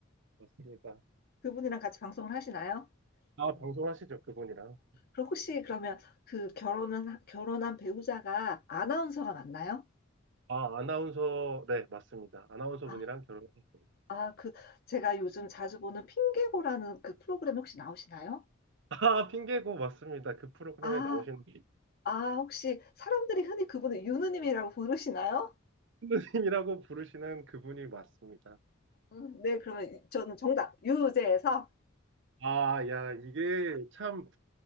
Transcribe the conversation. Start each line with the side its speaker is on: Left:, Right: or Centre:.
Right: 맞습니다.
Left: 그분이랑 같이 방송을 하시나요?
Right: 아,
Left: 어,
Right: 방송하시죠, 그분이랑.
Left: 그럼 혹시 그러면 그 결혼은 결혼한 배우자가 아나운서가 맞나요?
Right: 아, 아나운서, 네, 맞습니다. 아나운서
Left: 아,
Right: 분이랑 결혼하셨어요.
Left: 아, 그 제가 요즘 자주 보는 핑계고라는 그 프로그램 혹시 나오시나요?
Right: 아, 핑계고 맞습니다. 그 프로그램에
Left: 아,
Right: 나오시는
Left: 아, 혹시 사람들이 흔히 그분을 유느님이라고 부르시나요?
Right: 선생님이라고 부르시는 그분이 맞습니다.
Left: 음, 네, 그러면 저는 정답 유재에서
Right: 아, 야, 이게 참